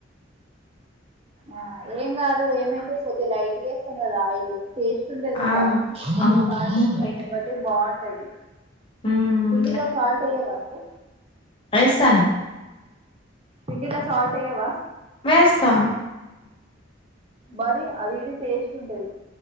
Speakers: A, on the right (about 30°); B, on the left (about 30°).
A: ఆ ఏం కాదు ఏమైతది, కొద్దిగా లైట్ వేస్తం కదా ఆయిల్ ఫేస్ తుండేది ఇంకా,
B: ఆ
A: కొద్దిగా
B: అవును
A: సాల్ట్ వేస్తాము
B: లైట్గా
A: కాబట్టి బాగుంటది.
B: ఉమ్
A: పిండిలో సాల్ట్ వెయ్యవా నువ్వు?
B: ఏస్తాను.
A: పిండిలో సాల్ట్ ఎయ్యవా?
B: వేస్తా
A: మరి అది ఇది టేస్ట్ ఉంటది,